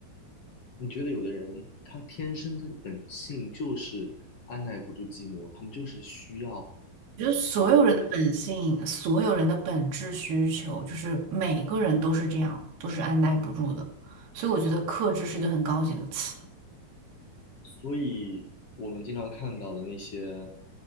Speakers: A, on the left; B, on the right.
A: 你觉得有的人他天生他的本性就是按耐不住寂寞，他们就是需要
B: 我觉得所有人的本性，
A: 找别人
B: 所有人的本质需求，就是每个人都是这样，都是按耐不住的。所以我觉得克制是一个很高级的词。
A: 所以我们经常看到的那些，